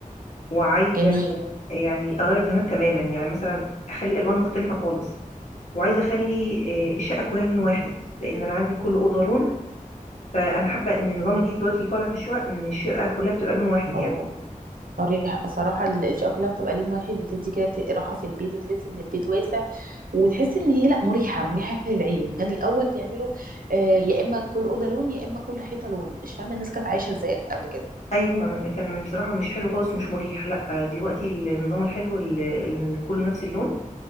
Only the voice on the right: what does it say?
جميل
اه
صريح صراحة ال- الشقة كلها بتبقى لون واحد بتدي كده بت- راحة في البيت وتحس ان البيت واسع وتحس ان هي لا مريحة مريحة للعين كان الأول بيعملوا آه يا إما كل أوضة لون يا إما كل حيطة لون مش فاهمة الناس كانت عايشة ازاي قبل كده